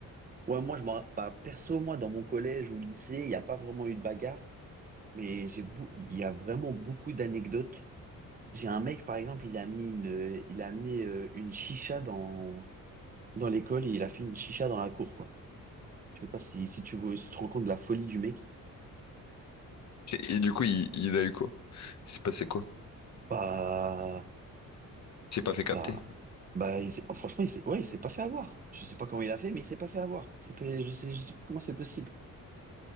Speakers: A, on the right; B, on the left.
A: Ouais, moi, je m'en, bah, perso, moi, dans mon collège ou lycée, il n'y a pas vraiment eu de bagarre. Mais j'ai beau- il y a vraiment beaucoup d'anecdotes. J'ai un mec, par exemple, il a amené une, euh, il a amené euh, une chicha dans, dans l'école et il a fait une chicha dans la cour, quoi. Je sais pas si, si tu veux, si tu te rends compte de la folie du mec.
B: Et du coup, il, il a eu quoi? Il s'est passé quoi?
A: Bah,
B: Il s'est pas fait
A: bah,
B: capter?
A: bah, il s'est- oh, franchement, il s'est, ouais, il s'est pas fait avoir. Je sais pas comment il a fait, mais il s'est pas fait avoir. C'est pas- je sais, je sais pas comment c'est possible.